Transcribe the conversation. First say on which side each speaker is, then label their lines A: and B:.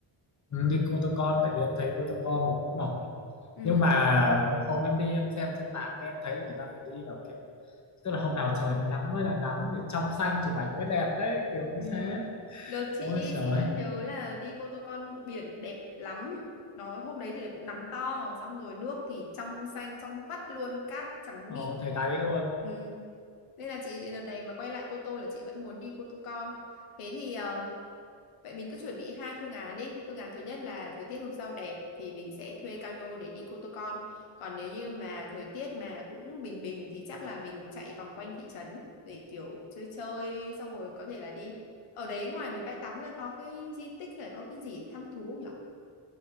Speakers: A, on the left; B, on the left.
A: ừ, đi Cô Tô Con tại vì em thấy Cô Tô Con nó cũng nổi
B: Ừ.
A: nhưng mà hôm em đi em xem trên mạng em thấy là người ta phải đi vào kiểu tức là hôm nào trời nó nắng mới là nắng thì trong xanh chụp ảnh mới đẹp đấy kiểu như
B: Ừ.
A: thế
B: Đợt chị
A: ôi
B: đi
A: trời
B: chị vẫn nhớ là đi Cô Tô Con biển đẹp lắm. Nó hôm đấy thì là cũng nắng to, xong rồi nước thì trong xanh trong vắt luôn, cát trắng
A: ồ
B: mịn.
A: thời đấy luôn
B: Ừ. Nên là chị đợt này mà quay lại Cô Tô là chị vẫn muốn đi Cô Tô Con. Thế thì ờ, vậy mình cứ chuẩn bị hai phương án đi. Phương án thứ nhất là thời tiết hôm sau đẹp thì mình sẽ thuê cano để đi Cô Tô Con. Còn nếu như mà thời tiết mà cũng bình bình thì chắc là mình chạy vòng quanh thị trấn để kiểu chơi chơi xong rồi có thể là đi. Ở đấy ngoài mấy bãi tắm ra có cái di tích hay là có cái gì để thăm thú không nhở?